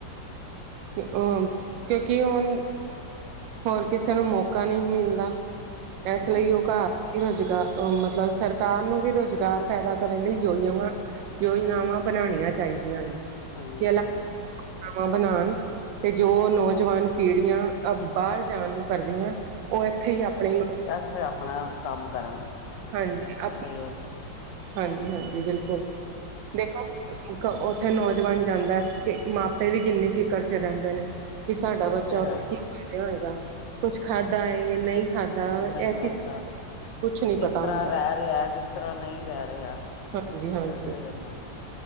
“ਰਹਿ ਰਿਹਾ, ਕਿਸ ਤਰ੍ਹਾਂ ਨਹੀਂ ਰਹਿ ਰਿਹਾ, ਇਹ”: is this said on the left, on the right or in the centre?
Left